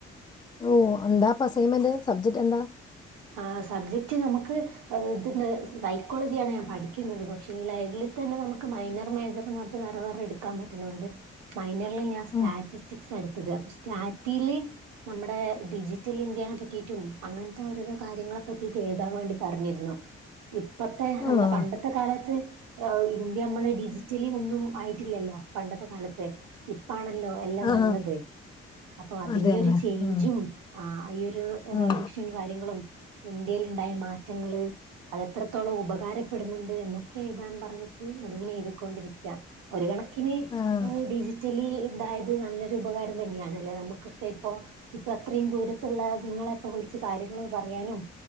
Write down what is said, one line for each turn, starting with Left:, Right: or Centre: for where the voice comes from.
Left: ഓ എന്താ പ്പ അസെയിമെന്റ്? സബ്ജെക്ട് എന്താ?
Right: ആ സബ്ജക്റ്റ് നമുക്ക് ഇത്ണ്ട് സൈക്കോളജിയാണ് ഞാൻ പഠിക്കുന്നത്. പക്ഷെ ഇല്ല ഈയില്തന്നെ നമുക്ക് മൈനർ മേജർ മാറ്റ് വേറെ, വേറെ എടുക്കാൻ പറ്റുന്നൊണ്ട് മൈനറിൽ ഞാൻ സ്റ്റാറ്റിസ്റ്റിക്സ്
Left: ഉം.
Right: എടുത്തത് അപ്പൊ സ്റ്റാറ്റില് നമ്മുടെ ഡിജിറ്റൽ ഇന്ത്യനെ പറ്റിയിട്ടും അങ്ങനത്തെ ഓരോരോ കാര്യങ്ങളെ പറ്റിറ്റും എഴുതാൻ വേണ്ടി പറഞ്ഞിരുന്നു. ഇപ്പത്തെ നമ്മളെ
Left: ആഹ്
Right: പണ്ട ത്ത കാലത്ത് ഇന്ത്യ അമ്മളെ ഡിജിറ്റലി ഒന്നും ആയിട്ടില്ലല്ലോ. പണ്ടത്തെ കാലത്ത് ഇപ്പാണല്ലോ എല്ലാം
Left: ആഹ്
Right: വന്നത്. അപ്പൊ അതിന്റെ
Left: അതന്നെ.
Right: ഒരു ചേഞ്ചും
Left: ഉം
Right: ആ ഈ ഒരു
Left: ഉം
Right: റവല്യൂഷൻ കാര്യങ്ങളും ഇന്ത്യെല്ണ്ടായ മാറ്റങ്ങള് അതെത്രത്തോളം ഉപകാരപ്പെടുന്നുണ്ട് എന്നൊക്കെ എഴുതാൻ പറഞ്ഞിട്ട് അതിങ്ങനെ എഴുതിക്കൊണ്ടിരിക്ക. ഒരു കണക്കിന്
Left: ആഹ്.
Right: ഡിജി റ്റെലി ഇതായത് നല്ലൊരു ഉപകാരം തന്നെയാണ് അല്ലേ നമുക്കൊക്കെ ഇപ്പോ ഇപ്പൊ അത്രയും ദൂരത്തുള്ള നിങ്ങളെ ഇപ്പോ വിളിച്ചു കാര്യങ്ങൾ പറയാനും.